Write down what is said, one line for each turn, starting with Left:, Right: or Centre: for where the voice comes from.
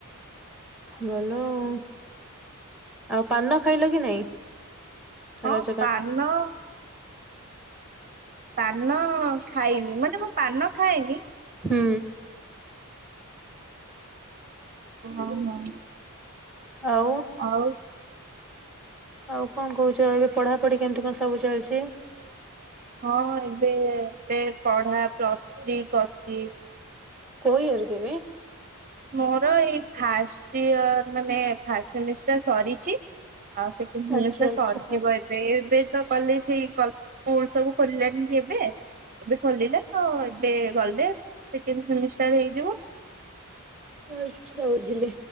Centre: ଭଲ ଆଉ ଆଉ ପାନ ଖାଇଲ କି ନାଇଁ?
Right: ହଁ
Centre: ରଜ
Right: ପାନ
Centre: ହ
Right: ପାନ ଖାଇନି ମାନେ ମୁଁ ପାନ ଖାଏନି।
Centre: ହୁଁ।
Right: ହଉ ହଉ।
Centre: ହଉ
Right: ଆଉ
Centre: ଆଉ କଣ କହୁଛ ଏବେ ପଢାପଢି କେମିତି କଣ ସବୁ ଚାଲିଛି।
Right: ହଁ ଏବେ ଏବେ ପଢ଼ା ପ୍ଲସ୍ ଥ୍ରୀ କରୁଛି।
Centre: କୋଉ ୟାର କି ଏବେ?
Right: ମୋର ଏଇ ଫାଷ୍ଟ ୟାର ମାନେ ଫାର୍ଷ୍ଟ ସେମିଷ୍ଟର ସରିଛି। ଆଉ ସେକେଣ୍ଡ ସେମିଷ୍ଟର
Centre: ଆଚ୍ଛା ଆଚ୍ଛା
Right: ସରିଛି
Centre: ହଁ
Right: ବୋ। ଏବେ ତ କଲେଜ ସେଇ କ ସ୍କୁଲ ସବୁ ଖୋଲିଲାଣି କି ଏବେ। ଏବେ ଖୋଲିଲା ଆ ଏବେ ଗଲେ ସେକେଣ୍ଡ ସେମିଷ୍ଟାର ହେଇଯିବ।
Centre: ଆଛା ବୁଝିଲି